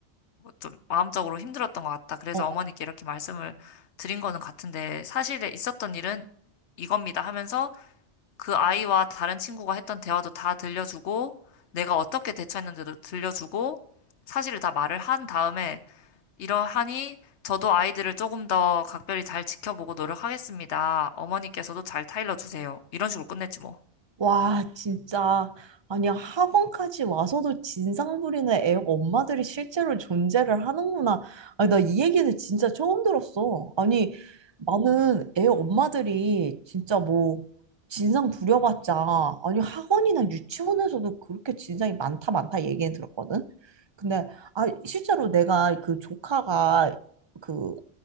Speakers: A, on the left; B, on the right.
A: 좀 마음적으로 힘들었던 것 같다. 그래서
B: 어,
A: 어머니께 이렇게 말씀을 드린 거는 같은데 사실에 있었던 일은 이겁니다 하면서 그 아이와 다른 친구가 했던 대화도 다 들려주고 내가 어떻게 대처했는지도 들려주고 사실을 다 말을 한 다음에 이러하니 저도 아이들을 조금 더 각별히 잘 지켜보고 노력하겠습니다. 어머니께서도 잘 타일러 주세요. 이런 식으로 끝냈지 뭐.
B: 와, 진짜. 아니, 학원까지 와서도 진상 부리는 애 엄마들이 실제로 존재를 하는구나. 아니, 나 이 얘기는 진짜 처음 들었어. 아니, 나는 애 엄마들이 진짜 뭐, 진상 부려봤자, 아니, 학원이나 유치원에서도 그렇게 진상이 많다, 많다 얘기는 들었거든? 근데, 아, 실제로 내가 그 조카가 그